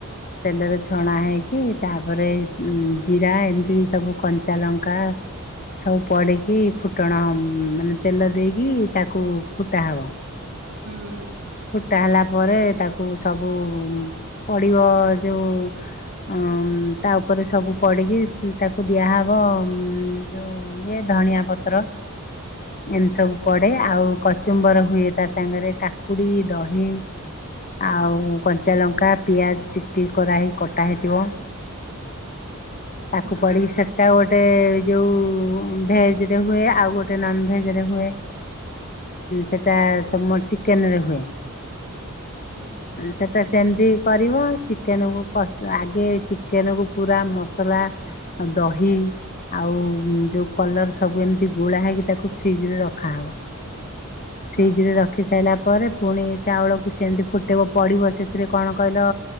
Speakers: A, on the left; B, on the right.
A: ତେଲରେ ଛଣା ହେଇକି ତାପରେ ଜିରା ଏମିତି ସବୁ କଞ୍ଚା ଲଙ୍କା ସବୁ ପଡ଼ିକି ଫୁଟଣ ମାନେ ତେଲ ଦେଇକି ତାକୁ ଫୁଟାହବ।
B: ହୋ ଉ।
A: ଫୁଟା ହେଲା ପରେ ତାକୁ ସବୁ ପଡ଼ିବ ଯେୋଉ ଆଉ ତା ଉପରେ ସବୁ ପଡ଼ିକି ତାକୁ ଦିଆହେବ ଯେଉ ଆଉ ଇଏ ଧଣିଆଁ ପତ୍ର। ଏମିତି ସବୁ ପଡିବ ଆଉ କଚୁମ୍ବର ହୁଏ ତା ସାଙ୍ଗରେ। କାକୁଡ଼ି ଦହି ଆଉ କଞ୍ଚାଲଙ୍କା ପିଆଜ। ଟିକ୍ ଟିକ୍ କରାହ ହେଇକି କଟା ହେଇଥିବ। ତାକୁ
B: ହୁଁ
A: ପଡିକି ସେପେ୍ ତ ଗୋଟେ ଯୋଉ ଭେଜ ରେ ହୁଏ ଆଉ ଗୋଟେ ନନ୍ ଭେଜ ରେ ହୁଏ। ସେଟା ସବୁ ଚିକେନରେ ହୁଏ।
B: ହୁଁ।
A: ସେଇଟା ସେମିତି କରିବେ ଚିକେନକୁ କସା ଆଗେ ଚିକେନକୁ ପୁରା ମ ସଲା, ଦହି ଆଉ ଯୋଉ କଲର ସବୁ ଏମିତି ଗୋଳା ହେଇକି ତାକୁ ଫ୍ରିଜ ରେ ରଖାହବ। ଫ୍ରିଜରେ
B: ହୁଁ
A: ରଖି ସାରିଲା ପରେ ପୁଣି ଚାଉଳକୁ ସେମିତି ଫୁଟେଇବ ପଡ଼ିବ ସେଥିରେ କଣ କହିଲ